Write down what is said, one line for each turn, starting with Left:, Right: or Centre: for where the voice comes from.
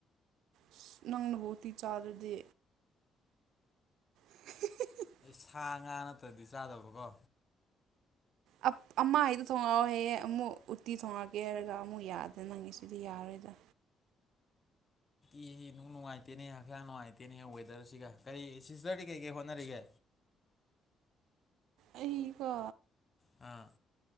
Right: ꯑꯁ ꯅꯪꯅꯕꯨ ꯎꯇꯤ ꯆꯥꯗ꯭ꯔꯗꯤ <unintelligible>
Left: ꯁꯥ ꯉꯥ ꯅꯠꯇ꯭ꯔꯗꯤ ꯆꯥꯗꯕꯀꯣ
Right: ꯑ ꯑꯃ ꯍꯥꯏꯗꯣ ꯊꯣꯉꯛꯑꯣꯍꯦ ꯑꯃꯨꯛ ꯎꯇꯤ ꯊꯣꯡꯉꯛꯀꯦ ꯍꯥꯏꯔꯒ ꯑꯃꯨꯛ ꯌꯥꯗꯦ ꯅꯪꯒꯤꯁꯦ ꯁꯤꯗꯤ ꯌꯥꯔꯣꯏꯗ
Left: ꯏꯁꯤ ꯅꯨꯡ ꯅꯨꯡꯉꯥꯏꯇꯦꯅꯦ ꯍꯛꯆꯥꯡ ꯅꯨꯡꯉꯥꯏꯇꯦꯅꯦ ꯋꯦꯗꯔꯁꯤꯒ ꯀꯔꯤ ꯁꯤꯁꯇꯔꯗꯤ ꯀꯩꯀꯩ ꯍꯣꯠꯅꯔꯤꯒꯦ
Right: ꯑꯩꯀꯣ
Left: ꯑꯥ